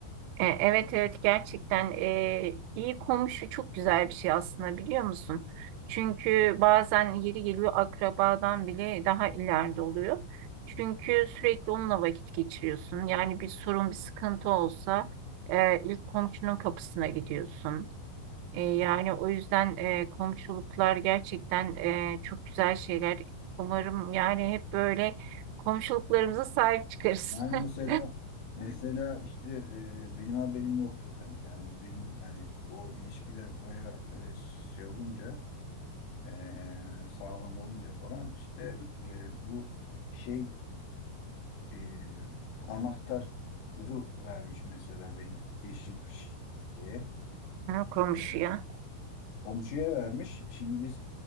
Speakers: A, on the right; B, on the left.
A: E, Evet evet gerçekten e, iyi komşu çok güzel bir şey aslında biliyor musun? Çünkü bazen yeri geliyor akrabadan bile daha ileride oluyor. Çünkü sürekli onunla vakit geçiriyorsun. Yani bir sorun bir sıkıntı olsa e, ilk komşunun kapısına gidiyorsun. E, yani o yüzden e, komşuluklar gerçekten e, çok güzel şeyler. Umarım yani hep böyle komşuluklarımıza sahip çıkarız.
B: Yani mesela
A: <laughs>
B: mesela işte e, benim haberim yoktu tabii. Yani benim hani o ilişkiler baya e, şey olunca e, sağlam olunca falan işte e, bu şey e, anahtarı vermiş mesela benim eşim şeye.
A: Ha, Komşuya.
B: e, Komşuya vermiş. Şimdi biz